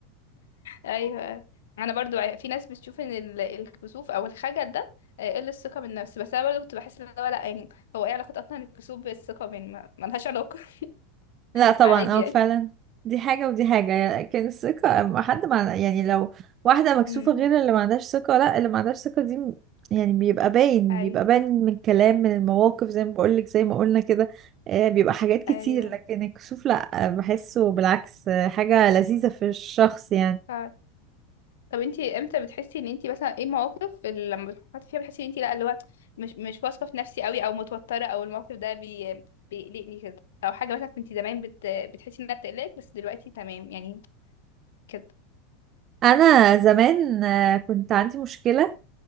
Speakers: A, on the left; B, on the right.
A: ايوه أيوة. انا برضو ع- في ناس بتشوف ان ال- الكسوف او الخجل ده آه، قل الثقه بالنفس بس انا برضو كنت بحس ان هو لا يعني هو ايه علاقه اصلا الكسوف بالثقه يعني ما ما لهاش علاقه <laughs>
B: لا طبعا
A: عادي
B: اه
A: يعني
B: فعلا دي حاجة ودي حاجة لكن الثقة ما حد مع يعني لو واحدة مكسوفة
A: امم
B: غير اللي ما عندهاش ثقة لا اللي ما عندهاش ثقة دي م- يعني بيبقى باين
A: ايوه
B: بيبقى باين من الكلام من المواقف زي ما بقولك زي ما قلنا كده آه، بيبقى حاجات كتير
A: ايوه
B: لكن الكسوف لا آه، بحسه بالعكس آه، حاجة لذيذة في الشخص يعني
A: ف... طب انتي امتى بتحسي ان انتي مثلا ايه مواقف اللي لما بتحطي فيها بتحسي ان انتي لا اللي هو مش مش واثقه في نفسي قوي او متوتره او الموقف ده بي... بيقلقني كده او حاجه مثلا كنتي زمان بت... بتحسي انها بتقلقك بس دلوقتي تمام يعني كده
B: أنا زمان آه، كنت عندي مشكلة